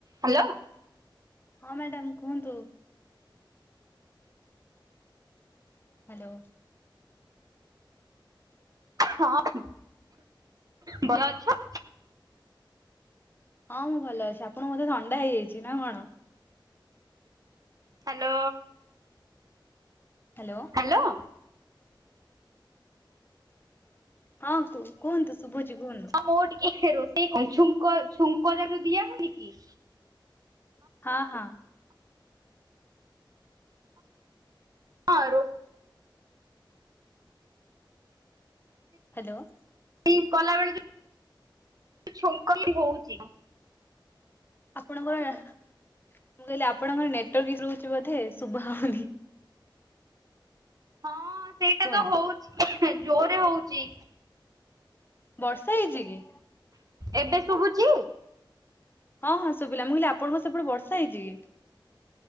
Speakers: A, on the right; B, on the left.
A: Hello.
B: ହଁ madam କୁହନ୍ତୁ। Hello.
A: ହଁ, ଭଲ ଅଛ?
B: ହଁ ମୁଁ ଭଲ ଅଛି, ଆପଣଙ୍କୁ ବୋଧେ ଥଣ୍ଡା ହେଇଯାଇଛି ନା କଣ?
A: ହାଲୋ।
B: ହେଲୋ।
A: ହେଲୋ।
B: ହଁ କୁହନ୍ତୁ ଶୁଭୁଛି କୁହନ୍ତୁ।
A: ହଁ ମୁଁ ଟିକେ ରୋଷେଇ <inaudible> ଛୁଙ୍କ ଛୁଙ୍କ ଯାକ ଦିଆ ହଉନି କି
B: ହଁ, ହଁ।
A: ହଁ ରୋଷ
B: ହ୍ୟାଲୋ।
A: ଷେଇ ଗଲାବେଳେ ଯୋଉ ଛୁଙ୍କ ହିଁ ହଉଚି।
B: ଆପଣଙ୍କର ମୁଁ କହିଲି ଆପଣଙ୍କର ନେଟୱାର୍କ ଇସୁ ରହୁଛି ବୋଧେ ଶୁଭା ହଉନି।
A: ହଁ ସେଇ
B: କୁହନ୍ତୁ।
A: ହଉଛି ଜୋରେ ହଉଚି।
B: ବର୍ଷା ହେଇଛି କି?
A: ଏବେ ଶୁଭୁଛି।
B: ହଁ, ହଁ ଶୁଭିଲା, ମୁଁ କହିଲି ଆପଣଙ୍କ ସେପଟେ ବର୍ଷା ହେଇଛି କି?